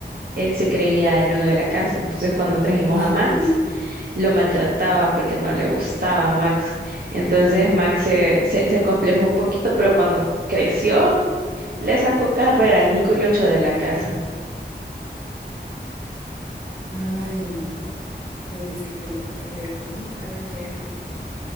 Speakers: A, on the right (about 55°); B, on the right (about 30°).
A: él se creía el dueño de la casa. Entonces cuando trajimos
B: <laughs>
A: a Max, lo maltrataba porque no le gustaba a Max. Entonces
B: Ajá.
A: Max se, se, se complejó un poquito, pero cuando creció, le sacó carrera al Nico y lo echó de la casa.
B: Ay, no. Bien dicen que los perros y gatos nunca van a llegar bien.